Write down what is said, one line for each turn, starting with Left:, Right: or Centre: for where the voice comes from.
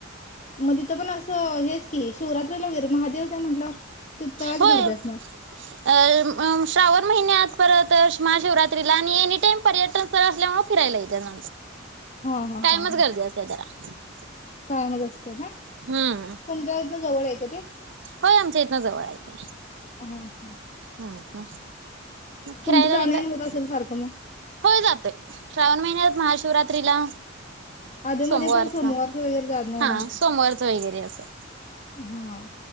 Left: मध्ये तथ पण अस हेच की शिवरात्रीला वगैरे महादेवस आहे म्हटल्यावर ते तेच
Right: होय
Left: गर्दी असणार.
Right: अ श्रावण महिन्यात परत महाशिवरात्रीला आणि एनीटाईम पर्यटन स्थळ असल्यामुळे फिरायला इतर.
Left: हा हा
Right: कायमच
Left: हा हा
Right: गरदी असते जरा. <unintelligible>
Left: कायमच असते ना तुमच्या
Right: हम्म
Left: इ जवळ. कती
Right: होय आमच्या इथन जवळ आहे ते
Left: हा हा
Right: हा ह फिरायला
Left: तुमचं जाणं
Right: तिकडं
Left: येणं होत असेल सारखं मग
Right: होय जातय श्रावण महिन्यात महाशिवरात्रीला
Left: आधी
Right: सोमवारचा
Left: मध्ये पण सोमवारच वगैरे जाण नव्हते
Right: हा सोमवारच वगैरे असं
Left: हा